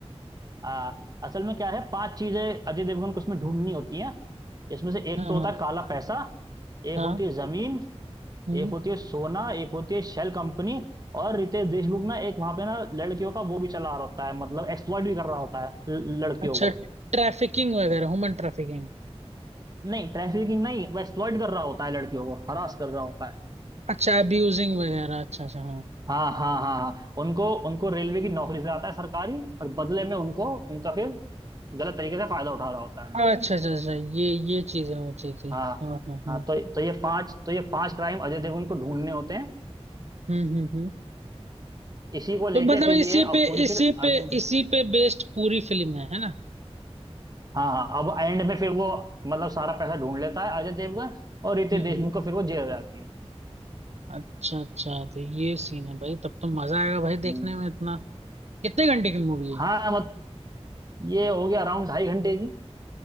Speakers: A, on the right; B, on the right.
A: आ, असल में क्या है पांच चीजें अजय देवगन को उसमें ढूंढनी होती हैं इसमें से एक
B: हाँ
A: तो होता
B: हाँ
A: है काला पैसा एक
B: हाँ
A: होती है जमीन
B: हम्म
A: एक होती है सोना एक होती है शेल कंपनी और रितेश देशमुख ना एक वहां पे ना लड़कियों का वो भी चला रहा होता है मतलब एक्सप्लॉइट भी कर रहा होता है ल- लड़कियों
B: अच्छा
A: को
B: ट्रैफिकिंग वगैरह ह्यूमन ट्रैफिकिंग
A: नहीं ट्रैफिकिंग नहीं वो एक्सप्लॉइट कर रहा होता है लड़कियों को हरास कर रहा होता है
B: अच्छा अब्यूजिंग वगैरह अच्छा अच्छा हाँ
A: हाँ हाँ हाँ हाँ उनको उनको रेलवे की नौकरी से आता है सरकारी और बदले में उनको उनका फिर गलत तरीके से फायदा उठा रहा होता है
B: हाँ अच्छा अच्छा अच्छा ये ये चीजें होती थी
A: हाँ
B: हाँ हाँ हाँ
A: हाँ तो तो ये पांच तो ये पांच क्राइम अजय देवगन को ढूंढने होते हैं
B: हम्म हम्म हम्म
A: इसी को लेके
B: तो मतलब
A: फिर
B: इसी
A: ये अब
B: पे
A: पूरी
B: इसी
A: फिर आगे
B: पे इसी पे बेस्ड पूरी फिल्म है है ना
A: हाँ हाँ अब एंड में फिर वो मतलब सारा पैसा ढूंढ लेता है अजय देवगन और रितेश
B: हम्म
A: देशमुख
B: हम्म,
A: को फिर वो जेल हो जाती है
B: अच्छा अच्छा तो ये सीन है भाई तब तो मजा आएगा भाई
A: हम्म,
B: देखने में इतना कितने घंटे की मूवी है
A: हाँ मत ये हो गया अराउंड ढाई घंटे की